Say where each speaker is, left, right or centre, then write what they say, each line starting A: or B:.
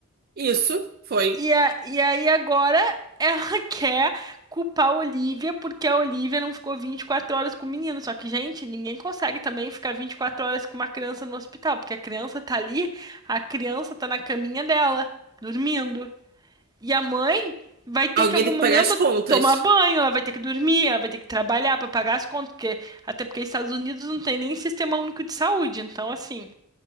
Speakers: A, on the right; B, on the right.
A: Isso foi.
B: e, a- e aí agora ela <laughs> quer culpar a Olivia porque a Olivia não ficou 24 horas com o menino. Só que, gente, ninguém consegue também ficar 24 horas com uma criança no hospital, porque a criança tá ali, a criança tá na caminha dela, dormindo. E a mãe vai ter
A: Alguém
B: que em algum
A: tem que
B: momento
A: pagar as contas.
B: tomar banho, ela vai ter que dormir, ela vai ter que trabalhar pra pagar as contas, porque até porque os Estados Unidos não tem nem sistema único de saúde. Então, assim,